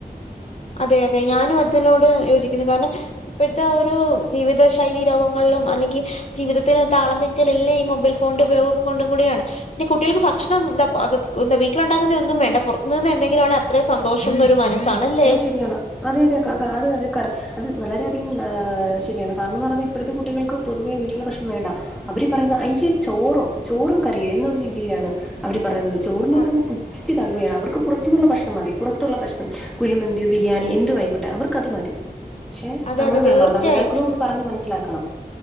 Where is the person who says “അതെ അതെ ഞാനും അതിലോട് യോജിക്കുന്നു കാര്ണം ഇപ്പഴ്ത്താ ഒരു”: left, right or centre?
Left